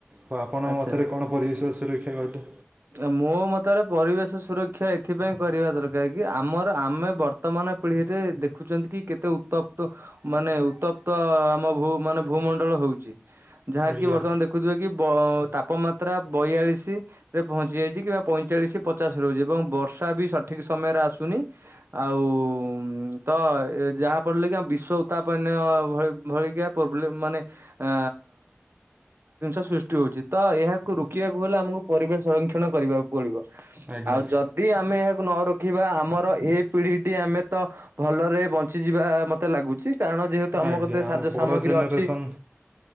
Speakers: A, on the right; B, on the right.
A: ହଉ ଆପଣଙ୍କ
B: ଆଚ୍ଛା
A: ମତରେ କଣ ପରିବେଶ ସୁରକ୍ଷା କହିଲେ?
B: ଆଜ୍ଞା ମୋ ମତରେ ପରିବେଶ ସୁରକ୍ଷା ଏଥିପାଇଁ କରିବା ଦରକାର କି ଆମର ଆମେ ବର ବର୍ତ୍ତମାନ ପିଢିରେ ଦେଖୁଛନ୍ତି କି କେତେ ଉତ୍ତପ୍ତ ମାନେ ଉତ୍ତପ୍ତ ଆମ ଭୂ ମାନେ ଭୂମଣ୍ଡଳ ହଉଚି। ଯାହାକି
A: ଆଜ୍ଞା
B: ବର୍ତ୍ତମାନ ଦେଖୁଥିବେ କି ତାପମାତ୍ରା ବୟାଳିଶି ରେ ପହଞ୍ଚି କିମ୍ବା ପଇଁଚାଳିଶ ପଚାଶ ରହୁଛି ଏବଂ ବର୍ଷା ବି ସଠିକ ସମୟରେ ଆସୁନି। ଆଉ ତ ଯାହା ଫଳରେ କି ଆମ ବିଶ୍ଵ ଉତ୍ତାପନୀୟ ଭ ଭଳିିକ ପ୍ରୋବ୍ଲେମ ମାନେ ଅ ଜିନିଷ ସୃଷ୍ଟି ହଉଛି ତ ଏହାକୁ ରୋକିବାକୁ ହେଲେ ଆମକୁ ପରିବେଶ ସଂରକ୍ଷଣ କରିବାକୁ ପଡିବ,
A: ଆଜ୍ଞା।
B: ଆଉ ଯ ଯଦି ଆମେ ଏହାକୁ ନ ରଖିବା ଆମର ଏ ପିଢିଟି ଆମେ ତ ଭଲରେ ବଞ୍ଚିଯିବା ମତେ ଲାଗୁଚି କାରଣ ଯେହେତୁ ଆମ
A: ଆଜ୍ଞା
B: କତି ରେ ସାଯ୍ୟ
A: ପର
B: ସାମଗ୍ରୀ
A: ଜେନେରେସନ୍
B: ଅଛି।